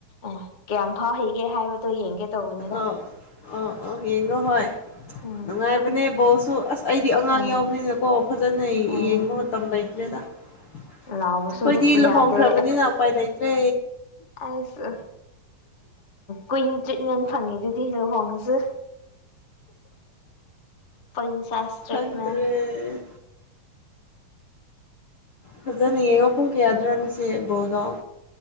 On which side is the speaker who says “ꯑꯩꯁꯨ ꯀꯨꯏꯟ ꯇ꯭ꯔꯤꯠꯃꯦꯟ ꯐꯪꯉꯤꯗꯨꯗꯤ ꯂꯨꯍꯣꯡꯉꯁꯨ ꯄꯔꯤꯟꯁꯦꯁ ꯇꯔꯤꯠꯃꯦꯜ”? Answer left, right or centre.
Left